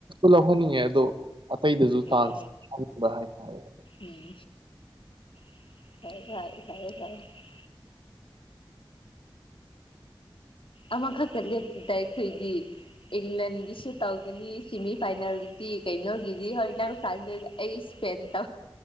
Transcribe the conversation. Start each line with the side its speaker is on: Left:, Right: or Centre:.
Right: ꯂꯧꯍꯟꯅꯤꯡꯉꯦ ꯑꯗꯣ ꯑꯇꯩꯗꯁꯨ
Left: ꯎꯝ
Right: ꯇꯥꯟꯁ ꯈꯕ ꯍꯥꯏꯇꯥꯔꯦ
Left: ꯎꯝ <unintelligible> ꯑꯃꯈꯛꯇ ꯂꯦꯞꯇꯗ ꯑꯩꯈꯣꯏꯒꯤ ꯏꯪꯂꯦꯟꯒꯤꯁꯨ ꯇꯧꯒꯅꯤ ꯁꯦꯃꯤ ꯐꯥꯏꯅꯦꯜꯗꯤ ꯀꯩꯅꯣꯒꯤꯗꯤ ꯍꯣꯏ ꯅꯪ ꯐꯥꯏꯅꯦꯜ ꯑꯩ ꯏꯁꯄꯦꯟ <unintelligible>